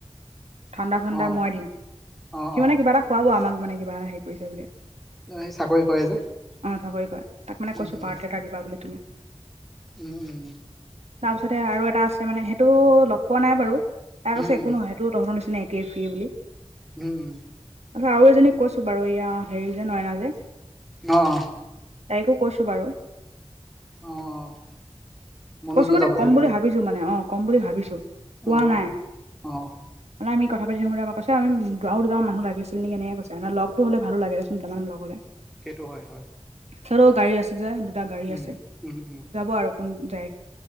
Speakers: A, on the right (about 75°); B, in the centre.
A: ঠাণ্ডা-চাণ্ডা
B: অ
A: মই দিম,
B: অ
A: সি
B: অ
A: মানে কিবা এটা খুৱাব আমাক মানে কিবা এটা হেৰি কৰিছে বুলি।
B: এই চাকৰি কৰে যে
A: অ, চাকৰি কৰে। তাক মানে
B: উম,
A: কৈছো
B: উম,
A: পাৰ্টি এটা দিবা বুলি তুমি।
B: উম, হুম।
A: তাৰপিছতে আৰু এটা আছে মানে সেটো লগ পোৱা নাই বাৰু। তাই
B: উম,
A: কৈছে একো নহয়, সেটোও তহঁতৰ নিচিনা একেই, ফ্ৰী বুলি।
B: উম, উম।
A: আৰু এজনীক কৈছো বাৰু, ইয়া হেৰি যে নয়না যে।
B: অহ।
A: তাইকো কৈছো বাৰু।
B: অ', মনতো
A: কৈছো মানে
B: যাব
A: কম
B: চাগে
A: বুলি
B: এইবাৰ।
A: ভাবিছো মানে, অহ', কম বুলি ভাবিছোঁ। কোৱা
B: অ',
A: নাই।
B: অ', অ',
A: মানে আমি কথা পাতি থাকোতে এবাৰ কৈছে, আৰু দুটামান মানুহ লাগিছিল নেকি? এনেকে কৈছে। লগটো হ'লে ভালো লাগে দেছোন দুটামান লগ হ'লে।
B: সেইটো হয়, হয়।
A: সিহঁতৰ গাড়ী আছে যে দুটা গাড়ী
B: উম,
A: আছে,
B: উম, উম,
A: যাব আৰু কোন যায়।